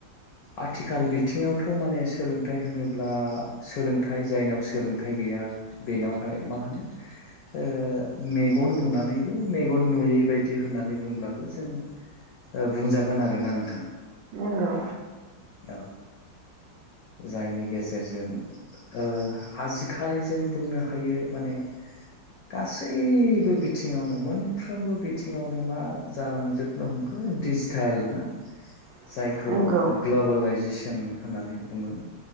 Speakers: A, on the left; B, on the right.
A: आथिखाल बिथिङावथ' माने सोलोंथाइ होनोब्ला सोलोंथाइ जायनाव सोलों थाइ गैया बेनावहाय मा होनो ओ मेगन नुनानै नैबो मेगन नुयै बायदि होननानै बुंब्लाबो जों ओ बुंजागोन आरो ना नोंथां
B: नंगौ
A: औ जायनि गेजेरजों ओ आजिखालि जों बुंनो हायो माने गासैबो बि थिङावनो मोनफ्रोमबो बिथिङावनो मा जालांजोबनो हमखो डिजिटेल ना
B: <inaudible>
A: जायखौ
B: नंगौ
A: ग्लबेलाायजेसन होननानै बुङो।